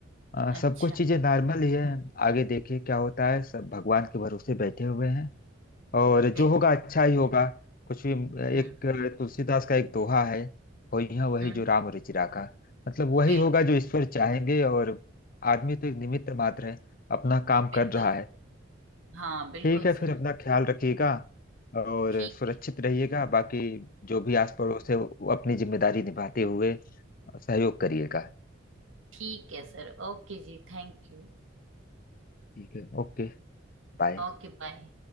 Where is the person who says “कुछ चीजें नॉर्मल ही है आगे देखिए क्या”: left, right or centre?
Left